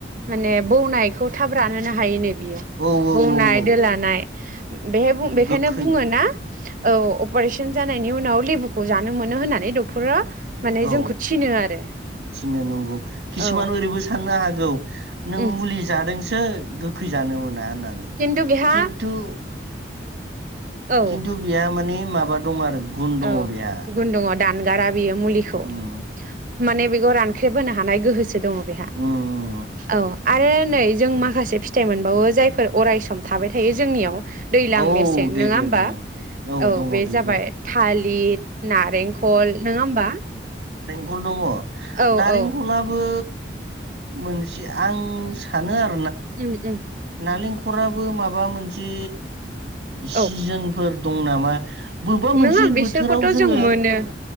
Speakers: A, on the right (about 45°); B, on the right (about 75°).
A: माने बौनायखौ थाब रानहो हायोनो बियो
B: औ औ
A: बौनाय
B: औ औ
A: दोलानाय बेहाय बेखायनो
B: गोखै
A: बुङो ना औ अपारेशन जानाय नि उनाव लेबुखौ जानो मोनो होननानै नै डक्टरा माने
B: औ
A: जोंखौ थिनो आरो
B: थिनो नंगौ किसुमान
A: औ
B: ओरैबो साननो हागौ गौ नों
A: उम
B: मुलि जादोंसो गोखै जानो मोना होननानै
A: खिन्थु बेहा
B: खिन्थु
A: औ
B: खिन्थु बिहा माने माबा दं आरो गुन दङ
A: औ
B: बेहा
A: गुन दङ दानगारा बियो मुलिखौ
B: उम
A: माने बेखौ रानख्रेब होनो हानाय गोहो स दङ बेहा
B: उम उम
A: औ आरो नै जों माखासे फिथाइ मोनबावो जायफोर अरायसम थाबाय थायो जोंनियाव दैज्लां
B: औ
A: मेसें
B: दे
A: नङा
B: दे
A: होमबा
B: बुं औ दङ
A: बे
B: बेबो
A: जाबाय थालिर नारेंखल नङा होमबा?
B: खल दङ
A: औ
B: नारेंखलाबो
A: औ
B: बो मोनसे आं सानो आरो
A: उम उम
B: नालेंखराबो माबा मोनसे सिजोनफोर
A: औ
B: दं ना? मा बबेबा मोनसे
A: नङा बिसोरखौथ'
B: बोथोराव जोङो
A: जों मोनो
B: खोना